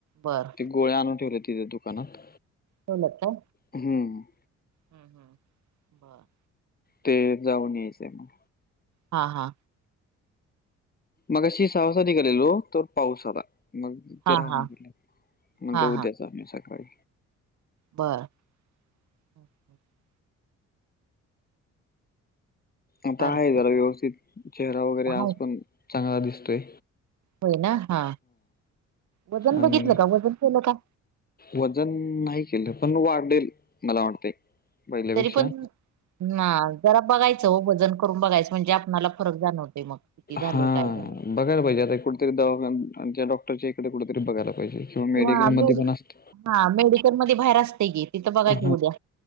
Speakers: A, on the right (about 70°); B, on the left (about 30°).
A: बर.
B: गोळ्या आणून ठेल्यात तिथे दुकानात.
A: ठेवल्यात का.
B: हम्म.
A: हम्म हम्, हा.
B: ते जाऊन यायचंय मग.
A: हा हा.
B: मगशी सव्वासातला गेलेलो तर पाऊस आला मग ते
A: हा
B: राहून
A: हा
B: गेले, मणल
A: हा
B: उद्याच जाऊया सकाळी.
A: बरं. <unintelligible>
B: आता
A: चालतंय
B: आहे जरा व्यवस्थित चेहरा वगैरे
A: हाय
B: आज पण चांगला दिसतोय.
A: होय ना हा, वजन
B: आणि
A: बघितलं का वजन केलं काय?
B: वजन नाही केलं पण वाढेल मला वाटतंय. पहिल्यापेक्षा
A: तरी पण, ना जरा बघायचं हो वजन. करुन बघाय म्हणजे आपला फरक जाणवते मग किती झाल
B: हा
A: काय झाले.
B: बघायला पाहिजे कुठेतरी दवाखान आमच्या डॉक्टरच्या इकडे कुठेतरी बघायला पाहिजे. मेडिकल
A: किंवा मेड,
B: मध्ये पण असत
A: हा मेडिकल मध्ये बाहेर असते की. इथं बघायचं
B: हा
A: उद्या.